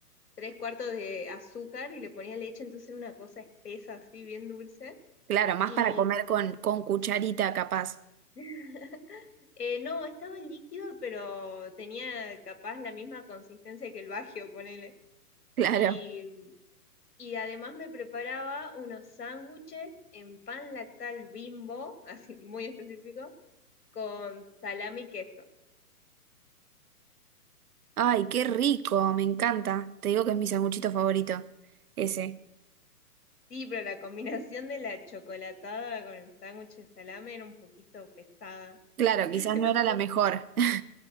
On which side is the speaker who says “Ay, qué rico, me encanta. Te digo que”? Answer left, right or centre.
Right